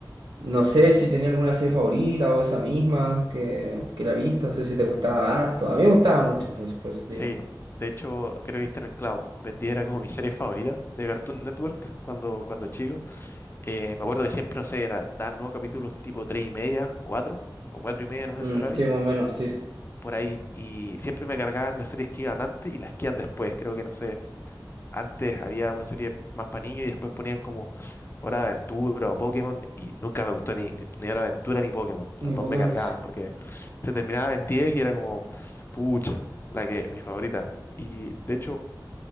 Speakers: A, on the right; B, on the left.
A: No sé si tenía alguna serie favorita o esa misma que, que la he visto. No sé si te gustaba harto. A mí me gustaba mucho, entonces por eso te
B: Sí,
A: digo.
B: de hecho, creo que viste en el clavo. Ben 10 era como mi serie favorita de Cartoon Network cuando, cuando chico. Eh, me acuerdo que siempre, no sé, era, daban nuevos capítulos tipo 3 y media, 4 o 4 y media en unos
A: Mm,
B: horarios,
A: sí, más o menos, sí.
B: por ahí. Y siempre me cargaban las series que iban antes y las que iban después. Creo que, no sé, antes había una serie más para niños y después ponían como Hora de Aventura o Pokémon y nunca me gustó ni, ni, ni Hora de Aventura ni Pokémon. Las
A: Ni
B: dos
A: Pokémon.
B: me cargaban porque se terminaba en 10 y era como, pucha, la que, mi favorita. Y de hecho,